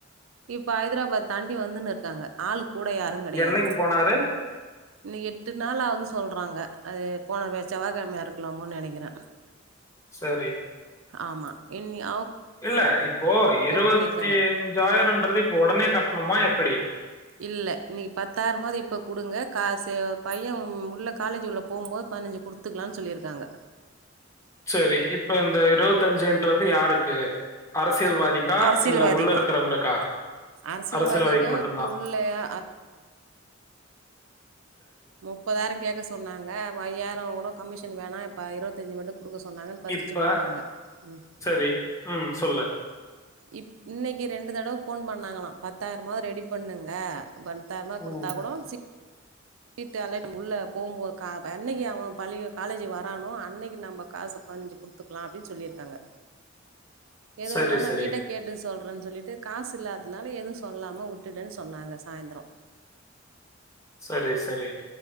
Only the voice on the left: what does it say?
என்னைக்கு போனாரு
செரி
இல்ல இப்போ இருவத்தி
அஞ்சாயிரன்றது இப்போ ஒடனே கட்ணுமா எப்டி
செரி இப்ப இந்த இருவத்தஞ்சுன்றது யாருக் க்கு அரசியல் வாதிக்கா
இல்ல உள்ள இருக்கறவங்களுக்கா
அரசியல் வாதிக்கு மட்டுந்தா
இப்ப
சேரி ம் சொல்லு
ம்.
சரி,
சரி.
சேரி சேரி